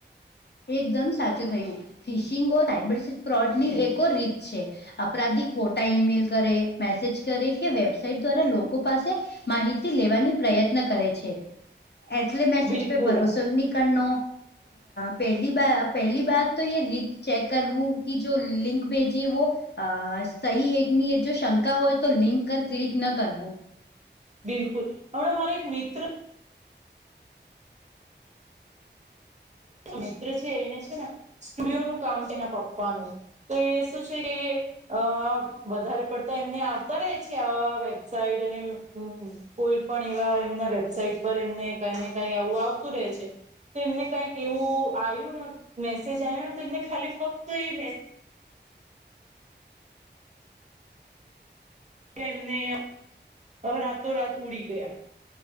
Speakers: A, on the left (about 60°); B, on the right (about 40°).
A: એકદમ સાચું થયું ફિશિંગ ઓ રાયબ સ્પ્રોટની એક રીત છે. અપરાધી ખોટા ઈમેલ કરે મેસેજ કરે કે વેબસાાઈટ દ્વારા લોકો પાસે માહિતી લેવાની પ્રયત્ન કરે છે. એટલે મેસેજ
B: બિલકુલ
A: પે ભરોસો નીકળનો પહેલી બા પહેલી બત તો એ રીત ચેક કરવું કે જો લિંક ભેજીએ વ અ સહી એકની એ જો શંકા હોય તો લિંક કર ક્લિક ન કરવું.
B: બિલકુલ હમણાં મારે એક મિત્ર મિત્ર છે એને છે ને સ્ટુડિયો નું કામ તેના પપ્પાનું એ શું છે. અ વધારે પડતા એમને આવતા રે છે. આવા વેબસાઇટ અને હ કોઈ પણ એવા એમના વેબસાાઈટ પર એમને કઈ ને કઈ આવું આવતું રહેે છે. તો એમને કઈક એવું આવ્યુંને મેસેજ આવને તો એને ખાલી ફક્ત એ મે કે એમને રાતોરાત ઉડી ગયા.